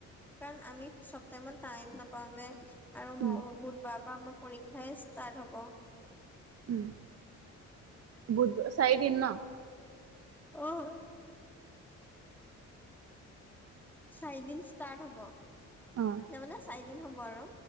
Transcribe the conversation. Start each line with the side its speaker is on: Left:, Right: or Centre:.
Centre: কাৰণ আমি চব টাইমত টাইম নাপাওঁ যে। আৰু ম
Right: উম
Centre: বুধবাৰৰ পৰা আমাৰ পৰীক্ষাই ষ্টাৰ্ট হ'ব।
Right: হুম, বুধ, চাৰিদিন ন'?
Centre: অ'। চাৰিদিন ষ্টাৰ্ট হ'ব,
Right: অ
Centre: তাৰমানে চাৰি দিন হ'ব আৰু।